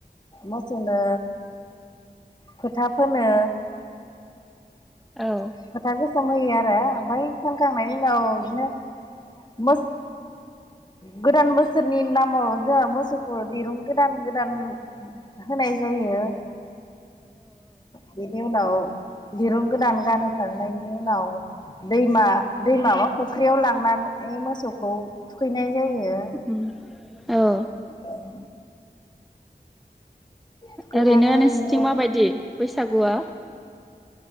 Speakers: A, on the left; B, in the centre.
A: मोसौनो फोथा फोनो।
B: औ।
A: फोथा गोसोम होयो आरो ओमफाय फोनखांनायनि उनाव बिदिनो मोस गोदान बोसोरनि नामाव जोंहा मोसौखौ दिरुं गोदान गोदान। होनाय जायो। बिनि उनाव दिरुन गोदान गानहो खांनायनि उनाव दैमा दैमाबा फुख्रियाव लांनानै मोसौखौ। थुखैनाय जायो।
B: उम औ
A: ओं थुखैनानै
B: ओरैनो नोंसोरथिं
A: बिनो
B: माबायदि बैसागुआ?